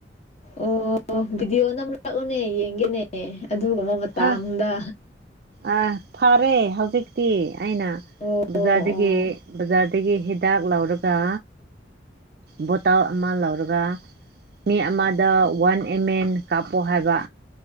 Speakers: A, on the left; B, on the right.
A: ꯑꯣ__ ꯚꯤꯗꯤꯑꯣ ꯅꯝꯔꯛꯎꯅꯦ ꯌꯦꯡꯒꯦꯅꯦ ꯑꯗꯨꯒꯨꯝꯕ ꯃꯇꯥꯝꯗ꯫
B: ꯍꯥ ꯑ ꯐꯔꯦ ꯍꯧꯖꯤꯛꯇꯤ ꯑꯩꯅ
A: ꯑꯣ
B: ꯕꯖꯥꯔꯗꯒꯤ
A: ꯑꯣ ꯑꯣ
B: ꯕꯖꯥꯔꯗꯒꯤ ꯍꯤ ꯗꯥꯛ ꯂꯥꯎꯔꯒ꯫ ꯕꯣꯇꯥꯜ ꯑꯃ ꯂꯧꯔꯒ ꯃꯤ ꯑꯃꯗ ꯋꯥꯟ ꯑꯦꯝ ꯑꯦꯟ ꯀꯥꯞꯄꯣ ꯍꯥꯏꯕ꯫